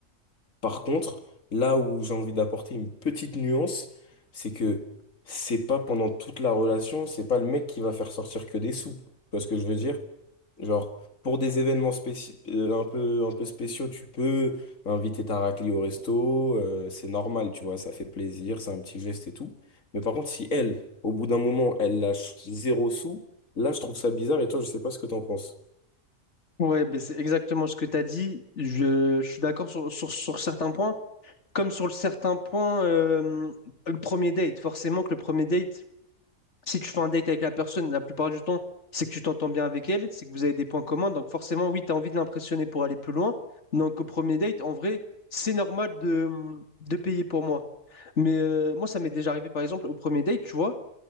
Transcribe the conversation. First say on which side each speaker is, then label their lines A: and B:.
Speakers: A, on the left; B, on the left.
A: Par contre, là où j'ai envie d'apporter une petite nuance, c'est que c'est pas pendant toute la relation, c'est pas le mec qui va faire sortir que des sous. Tu vois ce que je veux dire? Genre, pour des événements spéci- euh, un peu, un peu spéciaux, tu peux inviter ta raclée au resto, euh, c'est normal, tu vois, ça fait plaisir, c'est un petit geste et tout. Mais par contre, si elle, au bout d'un moment, elle lâche zéro sous, là, je trouve ça bizarre et toi, je sais pas ce que t'en penses.
B: Ouais, ben c'est exactement ce que tu as dit. Je, je suis d'accord sur, sur, sur certains points. Comme sur le certain point, euh, le premier date. Forcément que le premier date, si tu fais un date avec la personne, la plupart du temps, c'est que tu t'entends bien avec elle, c'est que vous avez des points communs. Donc forcément, oui, tu as envie de l'impressionner pour aller plus loin. Donc au premier date, en vrai, c'est normal de, de payer pour moi. Mais euh, moi, ça m'est déjà arrivé, par exemple, au premier date, tu vois,